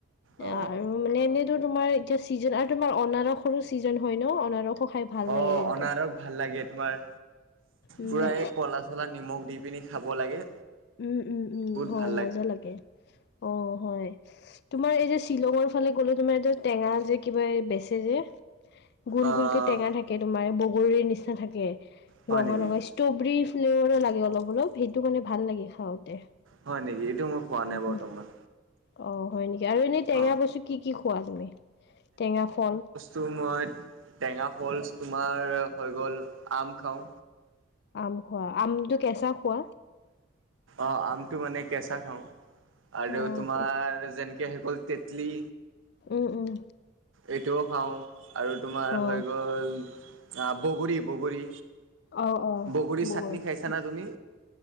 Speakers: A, on the right; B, on the left.
A: অ
B: আৰু মানে এনেইতো তোমাৰ এতিয়া চিজন আৰু তোমাৰ অনাৰসৰো ছিজন হয় ন অনাৰসো খাই। ভাল
A: অ,
B: লাগে কিন্তু
A: অনাৰক ভাল লাগে তোমাৰ
B: উম,
A: পুৰা এই কলা মছলা নিমখ দি পিনি খাব লাগে।
B: উম উম উম
A: বহুত
B: হয়
A: ভাল
B: মজা লাগে, অ হয়। তোমাৰ এই যে শ্বিলঙৰ ফালে গ'লে তোমাৰ এ টেঙা যে কিবা এই বেচে যে গোল
A: অ
B: গোলকে টেঙা থাকে তোমাৰ বগৰীৰ নিচিনা থাকে,
A: হয়
B: ৰঙা
A: নেকি
B: ৰঙা। ষ্ট্ৰবেৰী ফ্লেভাৰো লাগে অলপ অলপ সেইটো মানে ভাল লাগে খাওঁতে।
A: হয় নেকি এইটো মই খোৱা
B: উম,
A: নাই বৰ্তমান।
B: অ, হয় নেকি আৰু এনেই টেঙা
A: অ
B: বস্তু কি - কি খোৱা তুমি টেঙা ফল?
A: তোৰ মই টেঙা ফলচ তোমাৰ হৈ গ'ল আম খাও।
B: আম খোৱা আমটো কেচা খোৱা?
A: অ, আমটো মানে কেচা খাও আৰু
B: অ',
A: তোমাৰ
B: কে
A: যেনে কেহ গ'ল তেতলি।
B: উম উম।
A: এইটোও খাওঁ আৰু তোমাৰ
B: অ',
A: হৈ গ'ল, আ বগৰী বগৰী।
B: অ', অ',
A: বগৰীৰ
B: বগৰীটো।
A: চাটনি খাইছা না তুমি?